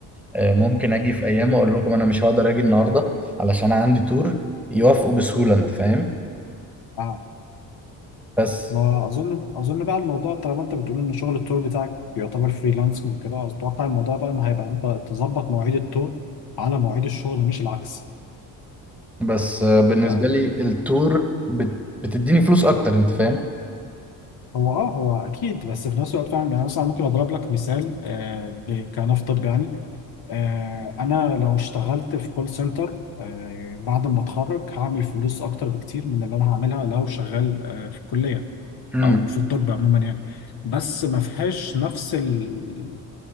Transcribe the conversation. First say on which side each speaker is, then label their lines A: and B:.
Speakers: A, in the centre; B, on the left.
A: آه، ممكن اجي في ايام اقول لكم انا مش هقدر اجي النهاردة علشان أنا عندي تور يوافقوا بسهولة انت فاهم
B: اه
A: بس
B: ما اظن اظن بقى الموضوع طالما انت بتقول ان شغل التور بتاعك يعتبر فريلانسنج كده اتوقع الموضوع بقى ان هيبقى انت تظبط مواعيد التور على مواعيد الشغل مش العكس
A: بس آه، بالنسبة
B: فاهم
A: لي التور بت... بتديني فلوس اكتر انت فاهم
B: هو اه هو اكيد بس في نفس الوقت فاهم يعني مثلا ممكن اضرب لك مثال آه ب- كنفترض يعني آه انا لو اشتغلت في كول سنتر آه بعد ما اتخرج هعمل فلوس اكتر بكتير من اللي انا هعملها لو شغال آه في الكليه
A: امم
B: او في الطب عموما يعني بس ما فيهاش نفس ال-